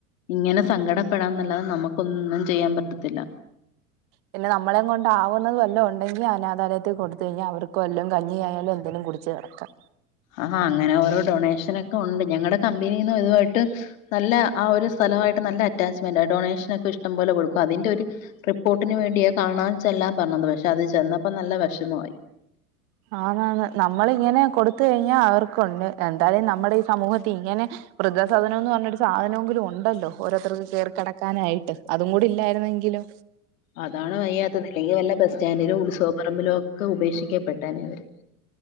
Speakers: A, on the left; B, on the right.
A: ഇങ്ങനെ സങ്കടപ്പെടാന്നല്ലാതെ നമുക്കൊന്നും ചെയ്യാൻ പറ്റത്തില്ല
B: പിന്നെ നമ്മളെ കൊണ്ട് ആവുന്നത് വല്ലോ ഉണ്ടെങ്കിൽ അനാഥാലയത്ത് കൊടുത്ത് കഴിഞ്ഞാ അവർക്കും വല്ലോ കഞ്ഞിയായാലും എന്തേലും കുടിച്ച് കിടക്കാം
A: ആഹാ അങ്ങനെ ഓരോ ഡൊണേഷനൊക്കെ ഉണ്ട് ഞങ്ങളടെ കമ്പനിന്നും ഇതുവായിട്ട് നല്ല ആ ഒരു സ്ഥലമായിട്ട് നല്ല അറ്റാച്ച്മെന്റ് ഡൊണേഷന ഒക്കെ ഇഷ്ടം പോലെ കൊടുക്കും അതിന്റെ ഒരു റിപ്പോർട്ടിന് വേണ്ടിയാണ് കാണാൻ ചെല്ലാൻ പറഞ്ഞത് പക്ഷെ അത് ചെന്നപ്പോ നല്ല വിഷമമായി
B: ആന്നാന്ന് നമ്മളിങ്ങനെ കൊടുത്ത് കഴിഞ്ഞാൽ അവർക്കുണ്ട് എന്തായാലും നമ്മുടെ ഈ സമൂഹത്തി ഇങ്ങനെ വൃദ്ധസധനംന്ന് പറഞ്ഞൊരു സാധനമെങ്കിലും ഉണ്ടല്ലോ ഓരോരുത്തർക്ക് കേറി കിടക്കാനായിട്ട് അതും കൂടി ഇല്ലായിരുന്നെങ്കിലോ
A: അതാണ് വയ്യാത്തത് അല്ലങ്കിൽ വല്ല ബസ് സ്റ്റാൻഡിലോ ഉത്സവപ്പറമ്പിലോ ഒക്കെ ഉപേക്ഷിക്കപ്പെട്ടേനെ ഇവർ